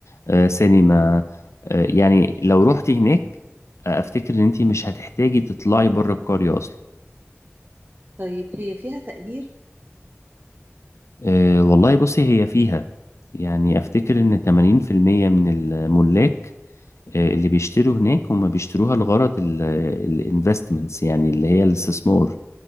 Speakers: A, on the left; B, on the right.
A: آه، سينما آه، يعني لو روحتي هناك آه، أفتكر إن أنت مش هتحتاجي تطلعي بره القرية أصلا
B: طيب هي فيها تأجير
A: آه، والله بصي هي فيها يعني أفتكر إن 80% من الملاك آه، اللي بيشتروا هناك هم بيشتروها لغرض الانفستمنتس يعني اللي هي الاستثمار